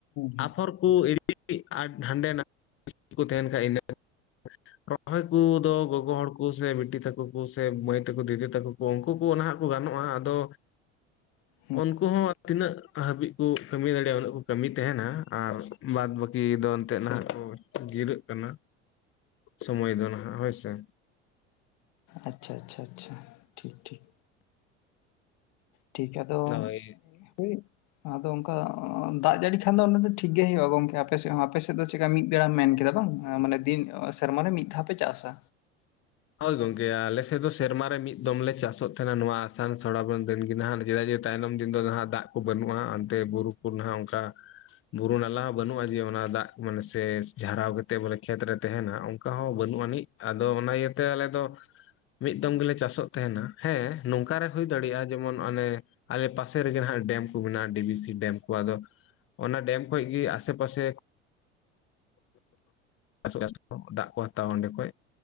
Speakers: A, on the left; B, on the left.
A: ᱦᱩᱸ
B: ᱟᱯᱷᱚᱨ ᱠᱚ ᱤᱫᱤ ᱟᱨ ᱦᱟᱸᱰᱮ <inaudible> ᱠᱚ ᱛᱟᱦᱮᱱ ᱠᱷᱟᱡ ᱤᱱᱟᱹ ᱨᱚᱦᱚᱭ ᱠᱚ ᱫᱚ ᱜᱚᱜᱚ ᱦᱚᱲ ᱠᱚ ᱥᱮ ᱵᱤᱴᱤ ᱛᱟᱠᱚ ᱠᱚ, ᱥᱮ ᱢᱟᱹᱭ ᱛᱟᱠᱚ ᱫᱤᱫᱤ ᱛᱟᱠᱚ ᱠᱚ, ᱩᱱᱠᱩ ᱠᱚ ᱚᱱᱟ ᱦᱟᱸᱜ ᱠᱚ ᱜᱟᱱᱚᱜ-ᱟ, ᱟᱫᱚ
A: <inaudible>
B: ᱩᱱᱠᱩ ᱦᱚᱸ ᱦᱟᱸᱜ ᱛᱤᱱᱟᱹᱜ ᱦᱟᱹᱵᱤᱡ ᱠᱚ ᱠᱟᱹᱢᱤ ᱫᱟᱲᱮᱭᱟᱜ-ᱟ, ᱩᱱᱟᱹᱜ ᱠᱚ ᱠᱟᱹᱢᱤ ᱛᱟᱦᱮᱱᱟ। ᱟᱨ ᱵᱟᱫ ᱵᱟᱹᱠᱤ ᱫᱚ ᱮᱱᱛᱮᱫ ᱱᱟᱦᱟᱜ
A: ᱦᱳᱭ
B: ᱠᱚ ᱡᱤᱨᱟᱹᱜ ᱠᱟᱱᱟ। ᱥᱚᱢᱚᱭ ᱫᱚ ᱱᱟᱦᱟᱜ ᱦᱳᱭ ᱥᱮ।
A: ᱟᱪᱪᱷᱟ, ᱟᱪᱪᱷᱟ, ᱟᱪᱪᱷᱟ ᱴᱷᱤᱠ, ᱴᱷᱤᱠ। ᱴᱷᱤᱠ ᱟᱫᱚ,
B: ᱦᱳᱭ
A: ᱦᱳᱭ ᱟᱫᱚ ᱚᱱᱠᱟ, ᱫᱟᱜ ᱡᱟᱹᱲᱤ ᱠᱷᱟᱱ ᱫᱚ ᱚᱱᱟ ᱫᱚ ᱴᱷᱤᱠ ᱜᱮ ᱦᱳᱭᱳᱜ-ᱟ। ᱜᱚᱝᱠᱮ ᱟᱯᱮ ᱥᱮᱫ ᱦᱚᱸ ᱟᱯᱮ ᱥᱮᱫ ᱫᱚ ᱪᱮᱠᱟ ᱢᱤᱫ ᱵᱮᱲᱟᱢ ᱢᱮᱱ ᱠᱮᱫᱟ ᱵᱟᱝ? ᱢᱟᱱᱮ ᱫᱤᱱ ᱥᱮᱨᱢᱟ ᱨᱮ ᱢᱤᱫ ᱫᱷᱟᱣ ᱯᱮ ᱪᱟᱥ-ᱟ᱾
B: ᱦᱳᱭ ᱜᱚᱝᱠᱮ। ᱟᱞᱮ ᱥᱮᱫ ᱫᱚ ᱥᱮᱨᱢᱟ ᱨᱮ ᱢᱤᱫ ᱫᱚᱢ ᱞᱮ ᱪᱟᱥᱚᱜ ᱛᱟᱦᱮᱱᱟ ᱱᱚᱣᱟ ᱟᱥᱟᱱ ᱥᱚᱲᱟ ᱵᱚᱱ ᱫᱤᱱ ᱜᱮ ᱱᱟᱦᱟᱜ ᱪᱮᱫᱟᱜ ᱡᱮ ᱛᱟᱭᱱᱚᱢ ᱫᱤᱱ ᱫᱚ ᱱᱟᱦᱟᱜ, ᱫᱟᱜ ᱠᱚ ᱵᱟᱹᱱᱩᱜ-ᱟ। ᱚᱱᱛᱮ ᱵᱩᱨᱩ ᱠᱚ ᱱᱟᱦᱟᱜ ᱚᱱᱠᱟ ᱵᱩᱨᱩ ᱱᱟᱞᱟ ᱦᱚᱸ ᱵᱟᱹᱱᱩᱜ-ᱟ। ᱡᱮ ᱚᱱᱟ ᱫᱟᱜ ᱢᱟᱱᱮ ᱥᱮ ᱡᱷᱟᱨᱟᱣ ᱠᱟᱛᱮᱫ ᱵᱚᱞᱮ ᱠᱷᱮᱛ ᱨᱮ ᱛᱟᱦᱮᱱᱟ ᱚᱱᱠᱟ ᱦᱚᱸ ᱵᱟᱹᱱᱩᱜ ᱟᱹᱱᱤᱡ। ᱟᱫᱚ, ᱚᱱᱟ ᱤᱭᱟᱹᱛᱮ ᱟᱞᱮ ᱫᱚ ᱢᱤᱫ ᱫᱚᱢ ᱜᱮᱞᱮ ᱪᱟᱥᱚᱜ ᱛᱟᱦᱮᱱᱟ। ᱦᱮᱸ ᱱᱚᱝᱠᱟ ᱨᱮ ᱦᱩᱭ ᱫᱟᱲᱮᱜ-ᱟ᱾ ᱡᱮᱢᱚᱱ ᱚᱱᱮ ᱟᱞᱮ ᱯᱟᱥᱮ ᱨᱮᱜᱮ ᱦᱟᱸᱜ ᱰᱮᱢ ᱠᱚ ᱦᱮᱱᱟᱜᱼᱟ। ᱰᱤ ᱵᱷᱤ ᱥᱤ ᱰᱮᱢ ᱠᱚ ᱟᱫᱚ ᱚᱱᱟ ᱰᱮᱢ ᱠᱷᱚᱡ ᱜᱮ, ᱟᱥᱮ ᱯᱟᱥᱮ ᱪᱟᱥ <unintelligible> ᱫᱟᱜ ᱠᱚ ᱦᱟᱛᱟᱣᱟ ᱚᱸᱰᱮ ᱠᱷᱚᱡ।